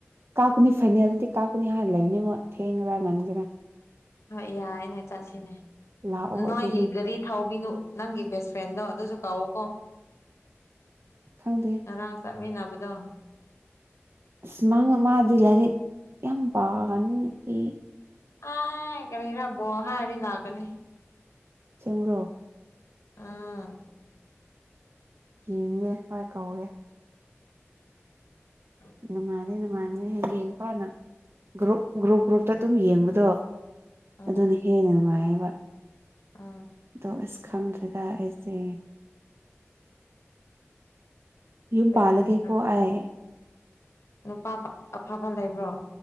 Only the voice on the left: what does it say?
ꯍꯣꯏ ꯌꯥꯏꯅꯦ ꯆꯠꯁꯤꯅꯦ
ꯅꯣꯏꯒꯤ
ꯒꯥꯔꯤ ꯊꯥꯎꯕꯤꯅꯨ ꯅꯪꯒꯤ ꯕꯦꯁ ꯐ꯭ꯔꯦꯟꯗꯣ ꯑꯗꯨꯁꯨ ꯀꯥꯎꯎꯀꯣ
ꯉꯔꯥꯡ ꯆꯠ ꯃꯟꯅꯕꯗ
ꯑ ꯀꯔꯤꯔ ꯕꯣꯍꯥ ꯍꯥꯏꯗꯤ ꯂꯥꯛꯒꯅꯤ
ꯑꯥ
ꯑꯥ
ꯎꯝ
ꯎꯝ
ꯀꯔꯤꯒꯤ
ꯅꯨꯄꯥ ꯑꯐꯕ ꯂꯩꯕ꯭ꯔꯣ